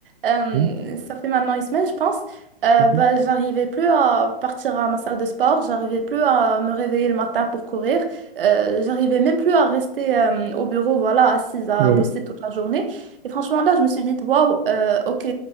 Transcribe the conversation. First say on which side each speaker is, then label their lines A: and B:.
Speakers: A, on the right; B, on the right.
A: euh,
B: Mhm,
A: ça fait maintenant une semaine, je pense, euh,
B: mhm.
A: bah, j'arrivais plus à partir à ma salle de sport, j'arrivais plus à me réveiller le matin pour courir, euh, j'arrivais même plus à rester euh, au bureau, voilà, assise à
B: Ouais.
A: bosser toute la journée. Et franchement, là, je me suis dit, waouh, euh, ok,